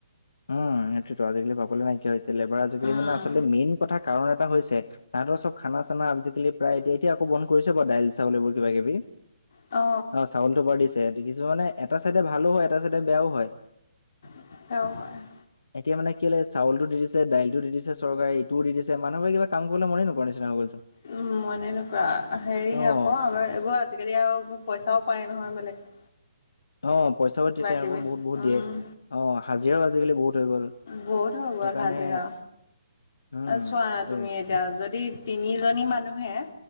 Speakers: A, on the left; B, on the left.
A: উম সেইটোৱেইটো আজি কালি পাবলৈ নাইকিয়া হৈছে লেবাৰ আজিকালি
B: উম
A: মানে আচলতে মেইন কথা কাৰণ এটা হৈছে তাহতৰ চব খানা চানা আজিকালি প্ৰায় এতিয়া এতিয়া আকৌ বন্ধ কৰিছে বা দাইল চাউলবোৰ কিবা কিবি
B: অ
A: চাউলটো বাৰ দিছে কিছুমানে এটা চাইডে ভালো হয় এটা চাইডে বেয়াও হয়
B: অ
A: এতিয়া মানে কি হল এই চাউলটো দি দিছে দাইলটো দি দিছে চৰকাৰে ইটো দি দিছে মানুহবোৰে কিবা কাম কৰিবলৈ মনেই নকৰো নিচিনা হৈ গ'ল চোন
B: উ মনেই নকৰা হেৰি
A: অ',
B: আকৌ আগ এইবোৰ আজিকালি আৰু পইচাও পায় নহয় বেলেগএ
A: অ পইচাও দিয়ে তেওঁলোকক
B: কিবি
A: বহুত বহুত
B: উম
A: দিয়ে অ হাজিৰাও আজিকালি বহুত হৈ গ'ল
B: বহুত হৈ
A: সেইটো
B: গল
A: কাৰণে
B: হাজিৰা
A: উম,
B: চোৱা না
A: দে
B: তুমি এতিয়া যদি তিনিজনী মানুহে